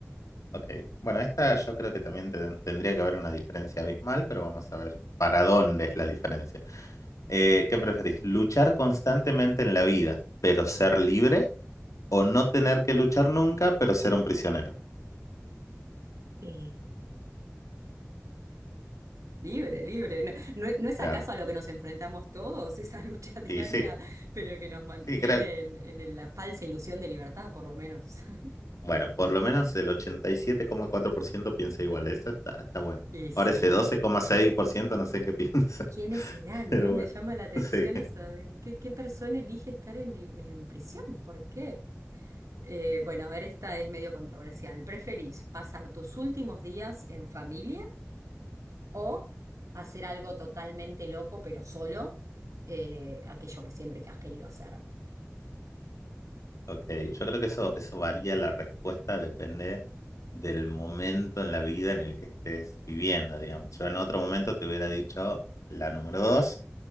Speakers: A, on the left (about 85°); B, on the right (about 85°).
A: Ok. Bueno, esta yo creo que también te- tendría que haber una diferencia abismal, pero vamos a ver para dónde es la diferencia. Eh, ¿qué preferís? ¿Luchar constantemente en la vida, pero ser libre? o no tener que luchar nunca, pero ser un prisionero.
B: Eh, Libre, libre. ¿No, no, no es
A: Claro.
B: acaso a lo que nos enfrentamos todos, esa lucha <laughs> diaria,
A: Y sí,
B: pero que nos mantiene
A: sí, creo,
B: en, en la falsa ilusión de libertad, por lo menos? <laughs>
A: bueno, por lo menos el 87,4% piensa igual, eso está, está bueno.
B: Y sí,
A: Ahora ese 12,6% no sé en qué piensa,
B: ¿quiénes serán,
A: <laughs> pero
B: no? Me
A: bueno,
B: llama la atención
A: sí.
B: eso. de ¿Qué, qué persona elige estar en, li- en prisión? ¿Por qué? Eh, bueno, a ver, esta es medio controversial. ¿Preferís pasar tus últimos días en familia o hacer algo totalmente loco pero solo, eh, aquello que siempre que has querido hacer?
A: Ok, yo creo que eso, eso varía la respuesta, depende del momento en la vida en el que estés viviendo, digamos. Yo en otro momento te hubiera dicho la número dos,